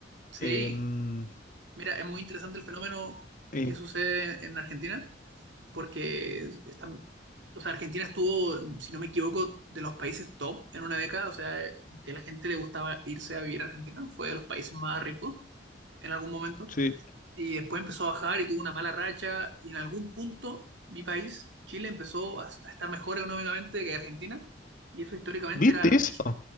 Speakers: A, on the right; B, on the left.
A: Sí,
B: Em,
A: mira, es muy interesante el fenómeno
B: eh,
A: que sucede en Argentina, porque están, o sea, Argentina estuvo, si no me equivoco, de los países top en una década, o sea, como que a la gente le gustaba irse a vivir a Argentina, fue de los países más ricos en algún momento,
B: sí.
A: y después empezó a bajar y tuvo una mala racha, y en algún punto mi país, Chile, empezó a, a estar mejor económicamente que Argentina, y eso históricamente
B: ¿Viste
A: era rarísimo,
B: eso?